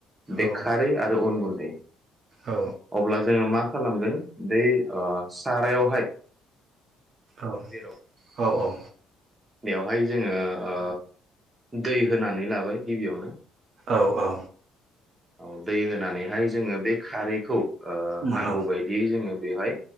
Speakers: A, on the right (about 15°); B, on the right (about 60°).
A: बे
B: औ
A: खारै आरो अन गुन्द बे
B: औ
A: अब्ला जोङो मा खालामगोन दै ओ सारायावहाय
B: औ-औ-औ
A: जेराव बेवहाय जोङो ओ दै होनानै लाबाय गिबियावनो
B: औ-औ
A: औ दै होनानैहाय जोङो बे खारैखौ ओ
B: मा
A: नांगौ
B: औ
A: बायदियै जोङो बेवहाय